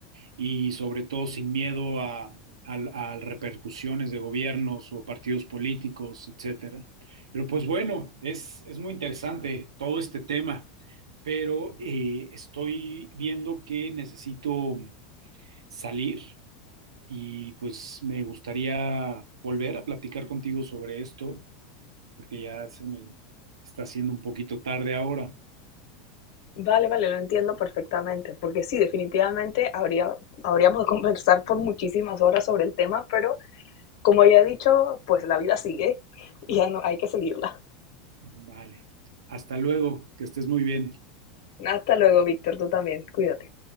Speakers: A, on the right (about 90°); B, on the left (about 65°).
A: y sobre todo sin miedo a, a- a repercusiones de gobiernos o partidos políticos, etcétera. Pero pues bueno, es, es muy interesante todo este tema, pero eh, estoy viendo que necesito salir y pues me gustaría volver a platicar contigo sobre esto porque ya se me está haciendo un poquito tarde ahora.
B: Vale, vale, lo entiendo perfectamente, porque sí, definitivamente habría, habríamos de conversar por muchísimas horas sobre el tema, pero como ya he dicho, pues la vida sigue y hay, hay que seguirla.
A: Vale. Hasta luego, que estés muy bien.
B: Hasta luego, Víctor, tú también, cuídate.